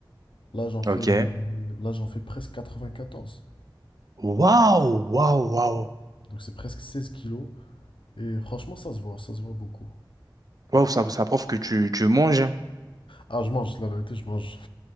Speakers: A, on the left; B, on the right.
A: là j'en fais,
B: OK.
A: là j'en fais presque 94.
B: Waouh, waouh, waouh.
A: Donc c'est presque 16 kilos. Et franchement, ça se voit, ça se voit beaucoup.
B: Waouh, ça, ça prouve que tu, tu manges. <laughs> hein.
A: Ah, je mange, la vérité, je mange.